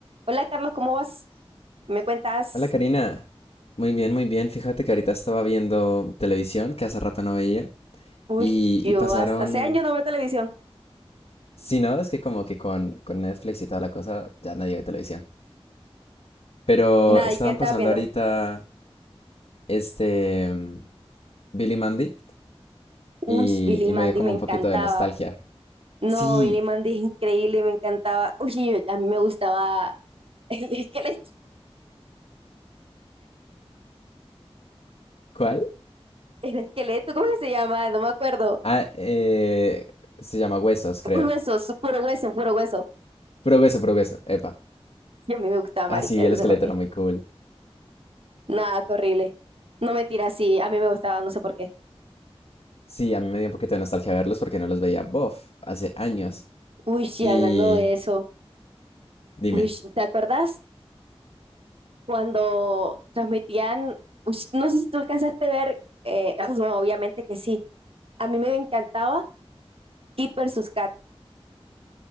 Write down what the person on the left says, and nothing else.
Hola Karina, muy bien, muy bien. Fíjate que ahorita estaba viendo televisión que hace rato no veía
y,
y pasaron,
si no, es que como que con, con Netflix y toda la cosa ya nadie ve televisión. Pero
estaban
pasando
ahorita este mm, Billy Mandy
y,
y
me dio como
un poquito de nostalgia.
Sí,
¿cuál?
Ah, eh, se llama Huesos, creo.
Progreso, progreso, epa.
Ah, sí, el
esqueleto
era muy cool.
Sí, a mí me dio un poquito de nostalgia verlos porque no los veía, bof, hace años.
Y
dime,